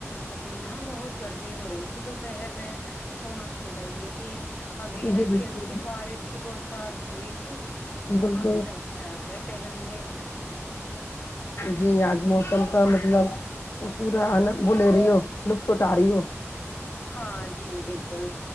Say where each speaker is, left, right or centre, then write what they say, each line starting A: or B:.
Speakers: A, on the left (about 25°); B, on the left (about 55°).
A: ابھی نا بہت گرمی ہو رہی تھی دوپہر میں امس نکل رہی تھی ابھی
B: جی
A: ہلکی
B: بالکل
A: ہلکی بارش کی بوچھار ہوئی تھی
B: بالکل
A: آ ہم چھت پے اگئے ٹہلنے
B: جی آج موسم کا مطلب پورا <unintelligible> لے رہے ہو لطف اٹا رہے ہو
A: ہاں جی بالکل